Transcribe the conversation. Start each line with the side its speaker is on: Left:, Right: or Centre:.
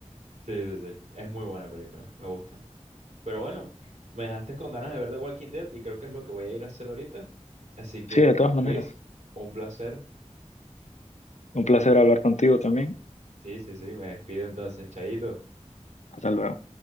Right: sí, sí, sí. Es muy buena película, me gustan. Pero bueno, me dejaste con ganas de ver The Walking Dead y creo que es lo que voy a ir a hacer ahorita. Así que,
Left: Sí, de todas maneras.
Right: Luis, un placer.
Left: Un placer hablar contigo también.
Right: Sí, sí, sí, me despido entonces, Chaito.
Left: Hasta luego.